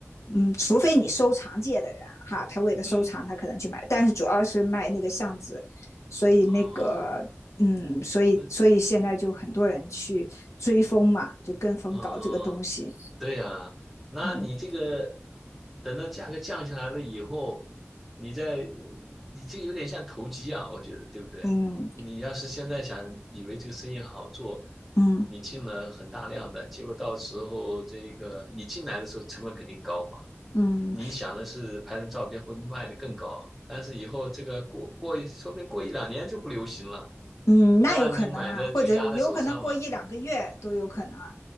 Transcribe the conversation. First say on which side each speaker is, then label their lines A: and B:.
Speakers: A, on the left; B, in the centre.
A: 嗯，除非你收藏界的人哈，他为了收藏，
B: 嗯，
A: 他可能去买，但是主要是卖那个相纸，所以那个。
B: 哦，
A: 嗯，所以所以现在就很多人去追风嘛，
B: 那，
A: 就跟风搞这个东西。
B: 哦。对呀，那你这个
A: 嗯
B: 等到价格降下来了以后，你再你这个有点像投机啊，我觉得对不对？
A: 嗯
B: 你要是现在想以为这个生意好做，
A: 嗯
B: 你进了很大量的，结果到时候这个你进来的时候成本肯定高嘛，
A: 嗯，
B: 你想的是拍成照片会卖得更高，但是以后这个过过一说不定过一两年就不流行了，
A: 嗯，那有可能啊，
B: 那你买的就压在手上了。
A: 或者有可能过一两个月都有可能啊，